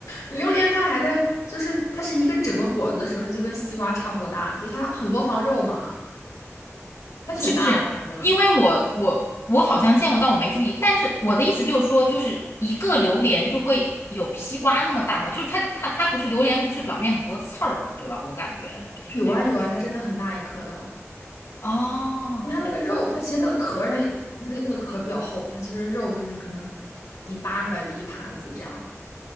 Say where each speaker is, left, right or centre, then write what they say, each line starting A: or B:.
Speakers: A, on the left; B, on the left.
A: 榴莲，它还在，就是它是一个整个果子的时候，它就跟西瓜差不多大，就是它很多房肉嘛，它挺大的，
B: 是不是？
A: 反正
B: 因为我我我好像见过，但我没注意。但是我的意思就是说，就是一个榴莲就会有西瓜那么大嘛，就是它它它不是榴莲，不是表面很多刺儿嘛，对吧？我感觉就是那种，
A: 有啊有啊，
B: 是不是？
A: 它真的很大一颗的。
B: 哦，
A: 它那个肉，它其实那个壳儿，它那个那个壳儿比较厚，它其实肉就是可能你扒出来就一盘子这样。